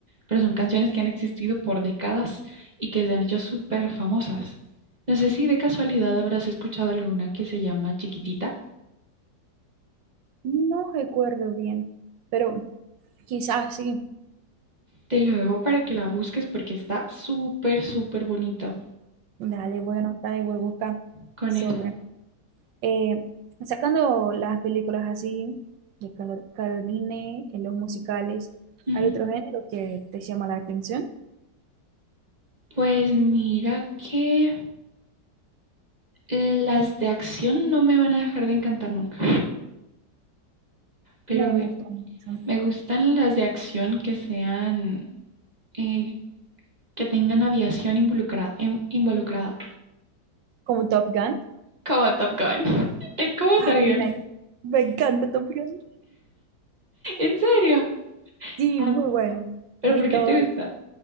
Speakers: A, on the right; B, on the right.
A: pero son canciones que han existido por décadas y que se han hecho súper famosas. No sé si de casualidad habrás escuchado alguna que se llama Chiquitita.
B: No recuerdo bien, pero quizás sí.
A: Te lo dejo para que la busques porque está súper, súper bonita.
B: Dale, voy a anotar y voy a buscar
A: Con
B: sobre.
A: eso.
B: Eh, sacando las películas así, de Carol- Caroline, en los musicales,
A: Ujú.
B: ¿hay otro género que te llama la atención?
A: Pues mira que las de acción no me van a dejar de encantar nunca. Pero
B: Me
A: me,
B: gusta mucho.
A: me gustan las de acción que sean eh, que tengan aviación involucrada, em- involucrada.
B: Como Top Gun.
A: Como Top Gun. <laughs> Eh, ¿Cómo sabías?
B: Ah, me, me encanta Top Gun.
A: ¿En serio?
B: Sí,
A: Ah,
B: muy bueno.
A: ¿Pero
B: Vi
A: por qué
B: todo.
A: te gusta?